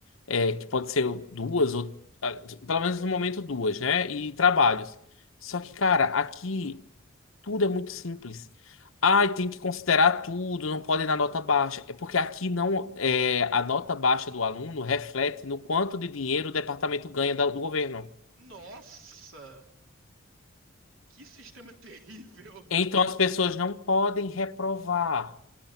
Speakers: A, on the left; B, on the right.
A: é, que pode ser duas ou ah, pelo menos no momento duas, né? E trabalhos. Só
B: Uhum.
A: que, cara, aqui tudo é muito simples. Ai, tem que considerar tudo, não pode dar nota baixa. É porque aqui não é a nota baixa do aluno reflete no quanto de dinheiro o departamento ganha da- do governo.
B: Nossa! Que sistema <laughs> terrível!
A: Então as pessoas não podem reprovar.